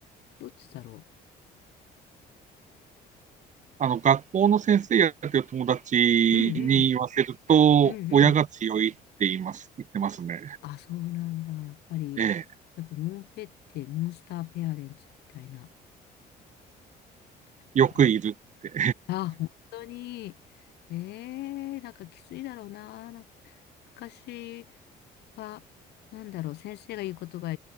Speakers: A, on the left (about 80°); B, on the right (about 45°).
A: どっちだろ
B: あの、学校の先生やってる友達
A: う。うんうん、
B: に言わせると、
A: うんうん。
B: 親が強いって言います、言ってますね。
A: あ、そうなんだ、やっぱり、
B: ええ。
A: やっぱモンペってモンスターペアレンツみたいな、なんか、
B: よくいるって。
A: あ、本当に、えー、なんかきついだろうな、なんか昔、は、なんだろう、先生が言うことが